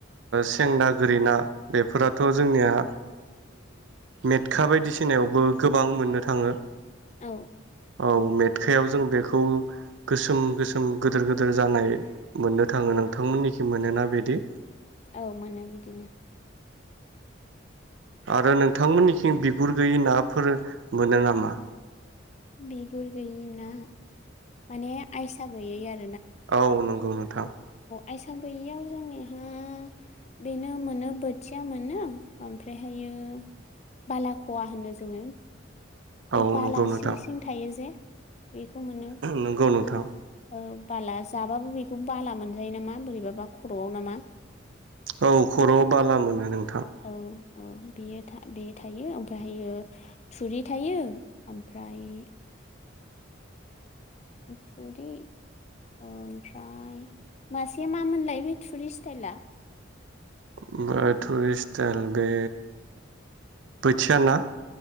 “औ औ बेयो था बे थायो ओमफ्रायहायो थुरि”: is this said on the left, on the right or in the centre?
Left